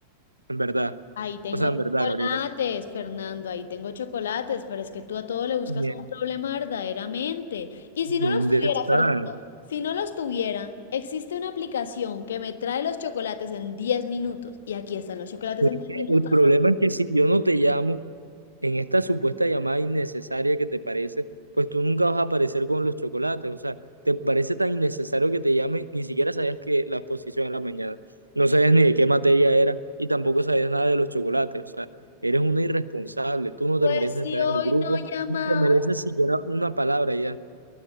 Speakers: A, on the right (about 85°); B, on the left (about 60°).
A: En verdad.
B: Ahí tengo
A: O sea, en verdad,
B: chocolates,
A: Gabriela.
B: Fernando, ahí tengo chocolates, pero es que tú a todo le buscas
A: Mierda,
B: un problema verdaderamente. Y
A: ¿Dónde
B: si no los tuviera,
A: estás?
B: Fernando, si no los tuviera, existe una aplicación que me trae los chocolates en 10 minutos. Y aquí están los chocolates
A: Pero
B: en diez minutos.
A: el problema es que si yo no te llamo, en esta supuesta llamada innecesaria que te parece, pues tú nunca vas a aparecer con los chocolates. O sea, te parece tan innecesario que te llame, ni siquiera sabías que la exposición era mañana. No sabías ni de qué materia era y tampoco sabías nada de los chocolates. O sea, eres una irresponsable. Tú no
B: Pues
A: te mereces
B: si
A: estar
B: hoy
A: en el grupo,
B: no llamabas,
A: ni te mereces siquiera una palabra ya.